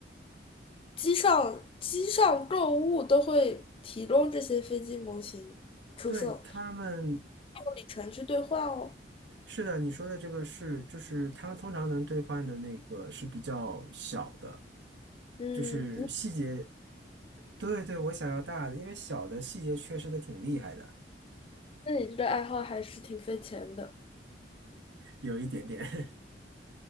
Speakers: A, on the left; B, on the right.
A: 机上机上购物都会提供这些飞机模型出售，
B: <laughs> 对，他们。
A: 用里程去兑换哦。
B: 是的，你说的这个是，就是他们通常能兑换的那个是比较小的，
A: 嗯，
B: 就是细节。对对，我想要大的，因为小的细节缺失的挺厉害的，
A: 那你这个爱好还是挺费钱的。
B: 有一点点。<laughs>